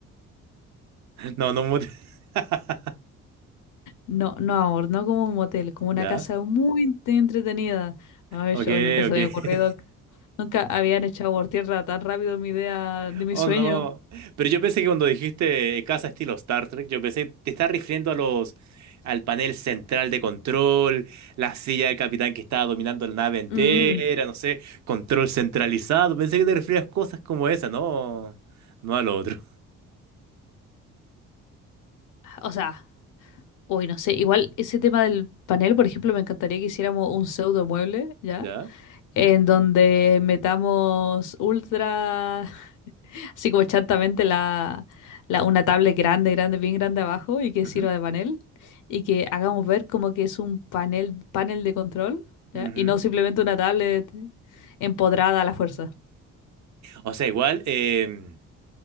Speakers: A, on the right; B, on the left.
A: No, no un motel. <laughs>
B: no, no amor, no como un motel, como una
A: Ya.
B: casa muy ent- entretenida. Ay,
A: Ok,
B: yo nunca se
A: ok.
B: me
A: <laughs>
B: había ocurrido, nunca habían echado por tierra tan rápido mi idea de mi
A: Oh,
B: sueño.
A: no. Pero yo pensé que cuando dijiste casa estilo Star Trek, yo pensé, te estás refiriendo a los, al panel central de control, la silla del capitán que estaba dominando la nave entera,
B: Mm.
A: no sé, control centralizado. Pensé que te referías a cosas como esa, no, no a lo otro.
B: O sea, uy, no sé. Igual ese tema del panel, por ejemplo, me encantaría que hiciéramos un pseudo mueble,
A: <laughs>
B: ¿ya?
A: ya
B: En donde metamos ultra, <laughs> así como chantamente, la, la- una tablet grande, grande, bien grande abajo y que
A: Ujú,
B: sirva de panel. Y que hagamos ver como que es un panel, panel de control, ¿ya?
A: ujú.
B: Y no simplemente una tablet empodrada a la fuerza.
A: O sea, igual, em,